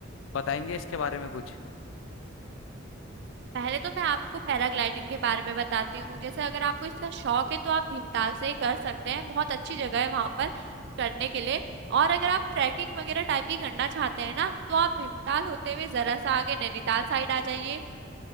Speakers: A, on the left; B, on the right.
A: बताएंगे इसके बारे में कुछ
B: पहले तो मैं आपको पैराग्लाइडिंग के बारे में बताती हूँ जैसे अगर आपको इसका शौक है तो आप भीमताल से ही कर सकते हैं बहुत अच्छी जगह है वहां पर करने के लिए और अगर आप ट्रैकिंग वगैरह टाइप की करना चाहते हैं ना तो आप भीमताल होते हुए जरा सा आगे नैनीताल साइड आ जाइए